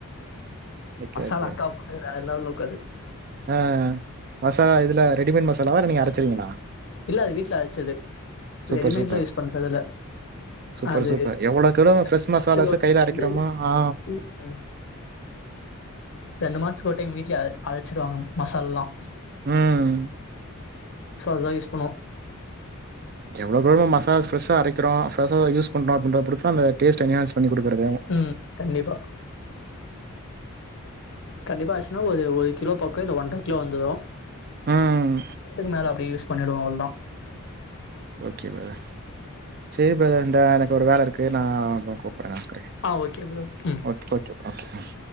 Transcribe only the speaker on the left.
அல்லா அக்கா போட்டது வேற லெவல்ல இருக்கு அது
இல்ல அது வீட்ல அர்ச்சது
ரெடிமேட்லா
யூஸ் பண்றதில்ல
அது
மாசத்துக்கு
ஒரு டைம்
வந்து
ம் ரெண்டு மாஸ்த்துக் ஒரு டைம் வீட்லே அ அரச்சிடுவாங்க மசால்லா
சோ அது தா யூஸ் பண்ணுவோ
ம் கண்டிப்பா கண்டிப்பா அர்ஸ்ன்னா ஒரு ஒரு கிலோ பக்கோ இல்ல ஒன்ற கிலோ வந்துரு
அதுக்கு மேல அப்டியே யூஸ் பண்ணிடுவோ அவ்ள் தா
ஆ ஓகே ப்ரோ ம்